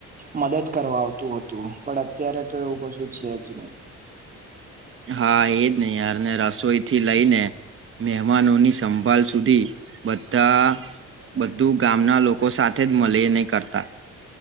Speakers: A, on the right; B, on the right.
A: મદદ કરવા આવતું હતું પણ અત્યારે તો એવું કશું છે જ નહી
B: હા એજ નહી યારને રસોઈ થી લઈ ને મહેમાનોની સંભળ સુધી બધા બધું ગામના લોકો સાથે જ મળે નહીં કરતા